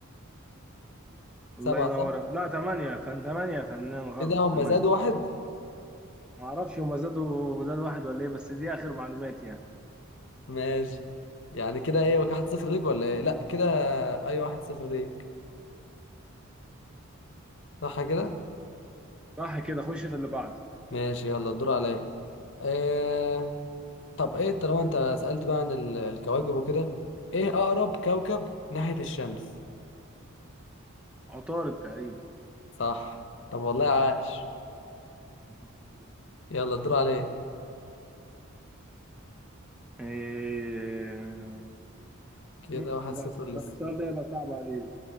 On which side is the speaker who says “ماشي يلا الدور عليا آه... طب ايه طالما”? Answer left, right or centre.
Left